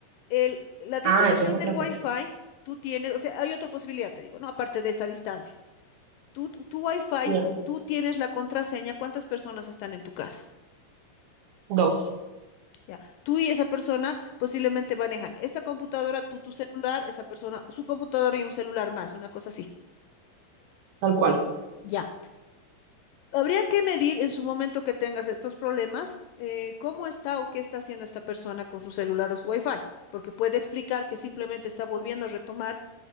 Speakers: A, on the left; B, on the right.
A: el- la distribución
B: Ah, eso es otra
A: del Wi-Fi,
B: cosa.
A: tú tienes, o sea, hay otra posibilidad, te digo, ¿no? Aparte de esta distancia. Tú, tu Wi-Fi,
B: Ya,
A: tú tienes la contraseña, cuántas personas están en tu casa,
B: dos,
A: ¿ya? Tú y esa persona posiblemente manejan esta computadora, tú tu celular, esa persona, su computadora y un celular más, una cosa así,
B: tal cual.
A: ¿ya? Habría que medir en su momento que tengas estos problemas, eh, cómo está o qué está haciendo esta persona con su celular o su Wi-Fi, porque puede explicar que simplemente está volviendo a retomar